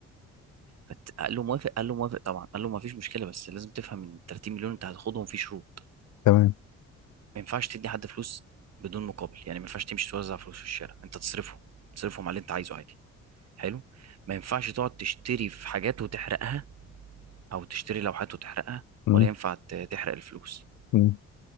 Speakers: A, on the right; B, on the left.
A: فقال له موافق قال له موافق طبعا قال له ما فيش مشكله بس لازم تفهم ان ال 30 مليون انت هتاخدهم في شروط
B: تمام
A: ما ينفعش تدي حد فلوس بدون مقابل يعني ما ينفعش تمشي توزع فلوس في الشارع انت تصرفهم تصرفهم على اللي انت عايزه عادي حلو ما ينفعش تقعد تشتري في حاجات وتحرقها او تشتري لوحات وتحرقها
B: مم.
A: ولا ينفع ت- تحرق الفلوس
B: مم.